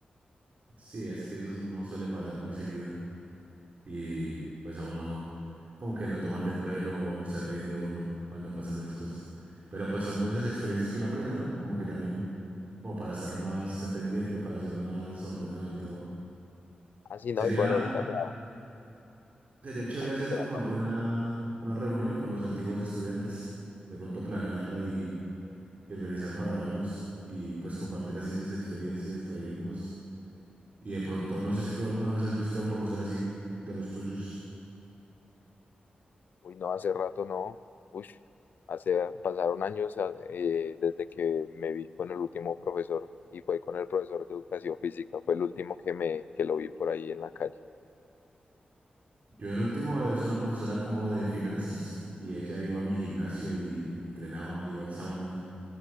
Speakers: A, on the right; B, on the left.
A: Sí, es que eso no suele pasar muy seguido y pues a uno como que lo toman del pelo o se ríen de uno cuando pasan esas cosas. Pero pues son esas experiencias que uno aprende, ¿no? Como que también, como para estar más pendiente, para ser más ordenado y todo.
B: Así no,
A: Sería,
B: igual ahorita me...
A: sería chévere
B: Ah,
A: hacer
B: qué pena.
A: como
B: no.
A: alguna una reunión con los antiguos estudiantes, de pronto planearla y y organizar para vernos y pues compartir así esas experiencias, reírnos. Y de pronto, no sé si tú alguna vez has visto a un profesor así, de los tuyos.
B: Uy, no, hace rato no. Uy, hace, pasaron años ah, eh, desde que me vi con el último profesor y fue con el profesor de educación física. Fue el último que me, que lo vi por ahí en la calle.
A: Yo el último es una profesora como de finanzas y ella iba a mi gimnasio y entrenaba, iba al sauna,